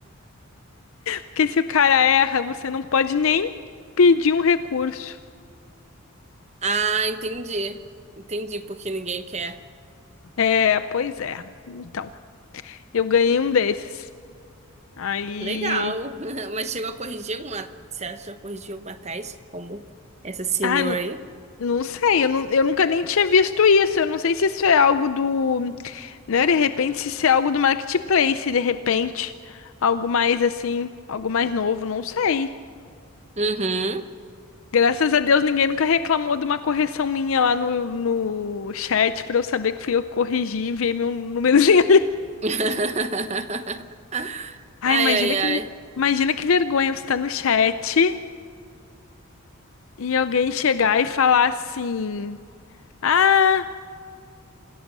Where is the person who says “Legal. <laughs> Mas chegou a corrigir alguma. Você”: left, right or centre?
Right